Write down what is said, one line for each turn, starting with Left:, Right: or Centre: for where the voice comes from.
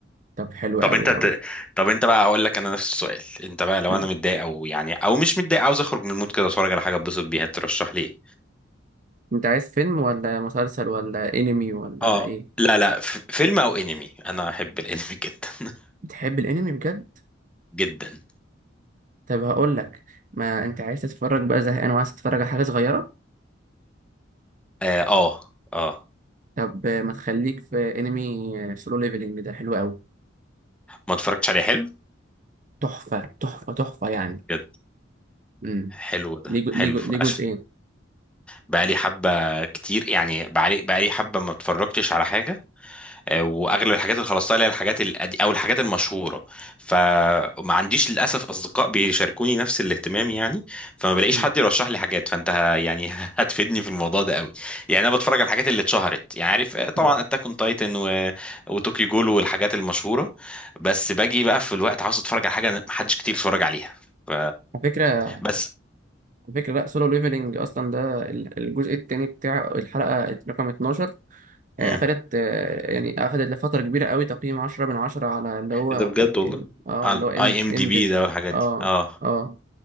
Right: طب حلو
Centre: طب
Right: قوي
Centre: انت
Right: قوي
Centre: ت... طب انت بقى هقول لك انا نفس السؤال انت بقى لو
Right: مم.
Centre: انا متضايق او يعني او مش متضايق عاوز اخرج من المود كده اتفرج على حاجه اتبسط بيها ترشح لي ايه
Right: انت عايز فيلم ولا مسلسل ولا انمي ولا
Centre: اه
Right: ايه
Centre: لا لا ف... فيلم او انمي انا احب الانمي <laughs> جدا
Right: بتحب الانمي بجد
Centre: جدا
Right: طب هقول لك ما انت عايز تتفرج بقى زهقان وعايز تتفرج على حاجة صغيرة
Centre: اه اه آه.
Right: طب آه، ما تخليك في انمي سولو ليفلنج ده حلو قوي
Centre: ما اتفرجتش عليه حلو
Right: تحفة تحفة تحفة يعني
Centre: بجد
Right: امم
Centre: حلو ده
Right: ليه جو-
Centre: حلو
Right: ليه جو- ليه جزئين
Centre: عشان بقالي حبه كتير يعني بقالي بقالي حبه ما اتفرجتش على حاجه آه، واغلب الحاجات اللي خلصتها اللي هي الحاجات القدي- او الحاجات المشهوره فما عنديش للاسف اصدقاء بيشاركوني نفس الاهتمام يعني فما بلاقيش
Right: مم.
Centre: حد يرشح لي حاجات فانت ه- يعني <laughs> هتفيدني في الموضوع ده قوي يعني انا بتفرج على الحاجات اللي اتشهرت يعني عارف آه، طبعا
Right: يلا.
Centre: اتاك اون تايتن و... وتوكيو جول والحاجات المشهوره بس باجي بقى في الوقت عاوز اتفرج على حاجه محدش كتير اتفرج عليها ف...
Right: على فكرة على
Centre: بس
Right: فكرة لا سولو ليفلنج أصلا ده ال- الجزء التاني بتاع الحلقة رقم 12 آه،
Centre: مم.
Right: أخدت آه، يعني أخدت لفترة كبيرة قوي تقييم 10 من 10 على اللي هو
Centre: إيه ده بجد والله
Right: ال... اه
Centre: على
Right: اللي هو ام
Centre: اي ام
Right: ام
Centre: دي بي
Right: ديف
Centre: ده والحاجات
Right: اه
Centre: دي اه
Right: اه